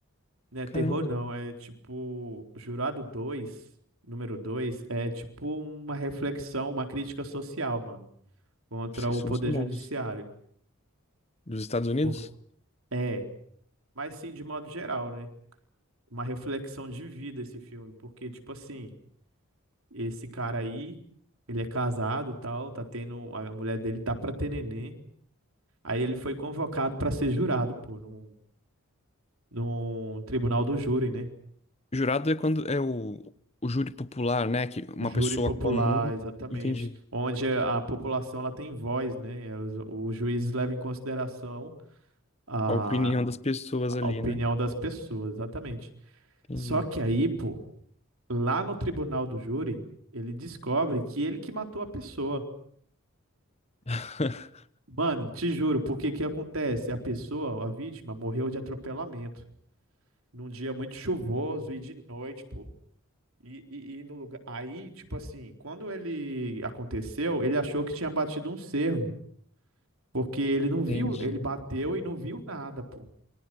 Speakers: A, on the right (about 70°); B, on the left (about 30°).
A: Não é
B: Caramba,
A: terror, não. É tipo... Jurado 2 número 2 é tipo uma reflexão, uma crítica social, mano. Contra
B: esses
A: o
B: filmes
A: poder
B: são bons.
A: judiciário.
B: Dos Estados Unidos?
A: Por... É. Mas sim, de modo geral, né? Uma reflexão de vida esse filme, porque, tipo assim, esse cara aí, ele é casado, tal, tá tendo, a mulher dele tá pra ter neném. Aí ele foi convocado pra ser jurado, pô, num, num tribunal do júri, né?
B: Jurado é quando é o, o júri popular, né? Que uma
A: Júri
B: pessoa
A: popular,
B: comum.
A: exatamente.
B: Entendi.
A: Onde a população ela tem voz, né? É, Os, os juízes levam em consideração a,
B: A opinião das pessoas ali,
A: a opinião
B: né?
A: das pessoas, exatamente.
B: Entendi.
A: Só que aí, pô, Lá no tribunal do júri, ele descobre que ele que matou a pessoa.
B: <laughs>
A: Mano, te juro, porque que acontece? A pessoa, a vítima, morreu de atropelamento num dia muito chuvoso e de noite, pô. E, e, e no lugar. Aí, tipo assim, quando ele aconteceu, ele achou que tinha batido um cervo, porque ele não viu,
B: Entendi.
A: ele bateu e não viu nada, pô.